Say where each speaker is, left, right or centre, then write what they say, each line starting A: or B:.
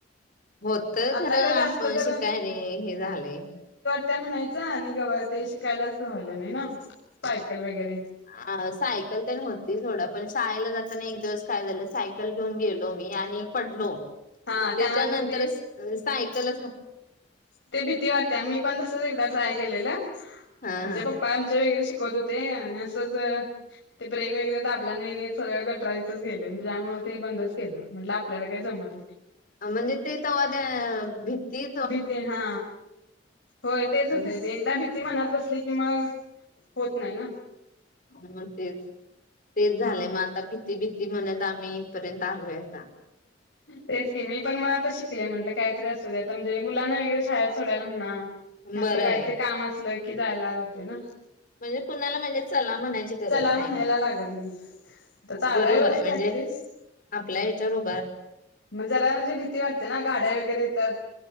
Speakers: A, on the left (about 50°); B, on the left (about 70°).
A: होत
B: आपल्याकडे
A: खरं आपण
B: जास्त तर
A: शिकायने हे झालेय.
B: त्या म्हणायच आणि गबा ते शिकायलाच व्हाला नाही ना! सायकल वगैरे
A: अ सायकल तर नव्हती थोडा पण शाळेला जाताना एक दिवस काय झालं सायकल घेऊन गेलो मी आणि पडलो
B: हा
A: त्याच्यानंतर
B: त्यानंतर ते
A: सायकल
B: ते भीती वाटते मी पण तसच एक ट्राय केलेलं,
A: हा
B: म्हणजे
A: हा
B: पप्पा आम वगैरे शिक शिकत होते आणि असंच ते ब्रेक वगैरे तर आपल्या न सगळ गटरा इथच गेले, त्यामुळे ते बंदच केलं म्हट आपल्याला काय जमत
A: म्हणजे, ते तर वा त्या भीती
B: भीती हा होय तेच
A: आणि
B: होतय ते एकदा मा मनात बसली कि म होत नाही ना!
A: नमस्ते तेच झालंय
B: हा
A: मग आता प ती भीती म्हणत आम्ही इथपर्यंत आलोयता
B: तेच गे मी पण म त ले म्हटलं काहीतरी असतं त्या म्हणजे मुलांना वगैरे शाळेत सोडायला म्हणा
A: बरं
B: आपलं
A: आहे
B: काहीतरी काम असलं जायला लाग होते ना
A: म्हणजे कुणाला म्हणजे चला म्हणायची गरज
B: चला
A: नाही
B: म्हणायला लागत नाही तर चालू
A: बरोबर
B: रोज
A: आहे म्हणजे
B: प्रॅक्टिस
A: आपल्या हच्यावर
B: मग जरा म्हणजे भीती वाटते ना गाड्या वगैरे येतात